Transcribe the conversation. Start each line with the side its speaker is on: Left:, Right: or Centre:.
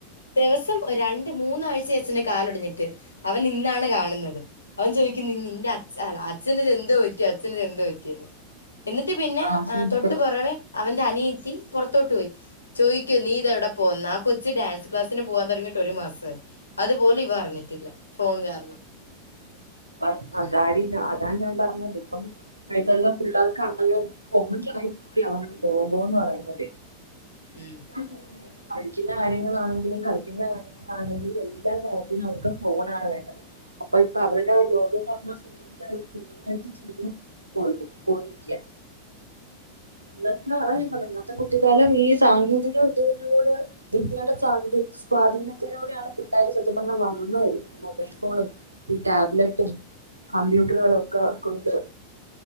Left: ദിവസം രണ്ട് മൂന്നാഴ്ച ആയി അച്ഛന്റെ കാലൊടിഞ്ഞിട്ട് അവനിന്നാണ് കാണ്ന്നത് അവൻ ചോയിക്കുന്ന് നിന്റെ അ ച് അല്ല അച്ഛന് ഇത് എന്തോ പറ്റി അച്ഛന് ഇത് എന്തോ പറ്റിയെന്ന് എന്നിട്ട് പിന്നെ
Right: ആ സൂപ്പർ
Left: തൊട്ട്പൊറവേ അവന്റെ അനിയത്തി പൊറത്തോട്ട് പോയി ചോയിക്കാ നീ ഇതെവ്ടെ പോന്ന് ആ കൊച്ച് ഡാൻസ് ക്ലാസിന് പോവാം തൊടങ്ങിട്ട് ഒരു മാസായി അതുപോലും ഇവൻ അറിഞ്ഞിട്ടില്ല ഫോൺ കാരണം
Right: ആഹ്
Left: ഉം
Right: അതാടി ഞ അതാ ഞാൻ പറഞ്ഞത് ഇപ്പം ഇപ്പഴ്ത്തൊള്ള പിള്ളേർക്ക് അവ <unintelligible> ഫോണിലായി പോയി അവടെ ലോകം എന്ന് പറയുന്നതെ
Left: ഉം
Right: ഞാൻ ഫോണിലാ ഇപ്പം പഠിക്കുന്നെ കാര്യങ്ങളാണെങ്കിലും കളിക്കുന്ന കാര്യങ്ങളാണെങ്കിലും എല്ലാ തരത്തിലും അവർക്ക് ഫോണാണ് വേണ്ടത് അപ്പൊ ഇപ്പ അവര്ടെ ആ ലോകം ന്ന് പറഞ്ഞാ ഫോണിലായി ഫോണിലായിട്ട് ചുരുങ്ങി പോയിട്ട് പോയിരിക്കാ ഇന്നത്തെ അതാ
Left: ഉം.
Right: ഞാൻ പറഞ്ഞത് ഇന്നത്തെ കുട്ടികാലം ഈ സാങ്കേതിക വിദ്യകളിലൂടെയാ വിദ്യയുടെ സ്വാത സ്വാധീനത്തിലൂടെയാണ് പിള്ളേര് സത്യം പറഞ്ഞാ വളർന്ന് വരു മൊബൈൽ ഫോണും ഈ ടാബ്ലറ്റും കമ്പ്യൂട്ടറുകളൊക്കെ കൊണ്ട്